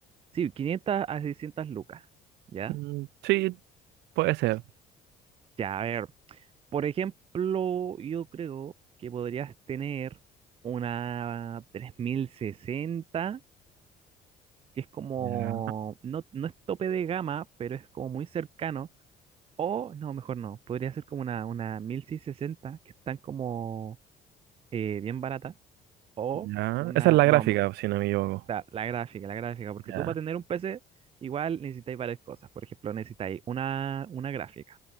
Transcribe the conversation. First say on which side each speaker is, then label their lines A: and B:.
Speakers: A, on the right; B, on the right.
A: Sí, 500 a 600 lucas. ¿Ya?
B: Mm, sí, puede ser.
A: Ya, a ver. Por ejemplo, yo creo que podrías tener una 3060, que es como,
B: Ya,
A: no, no es tope de gama, pero es como muy cercano. O, no, mejor no, podría ser como una, una 1660, que están como eh, bien barata. O
B: ya.
A: una,
B: Esa es la
A: no,
B: gráfica, si no me equivoco.
A: la, la gráfica, la gráfica, porque
B: Ya.
A: tú para tener un PC igual necesitáis varias cosas. Por ejemplo, necesitáis una, una gráfica,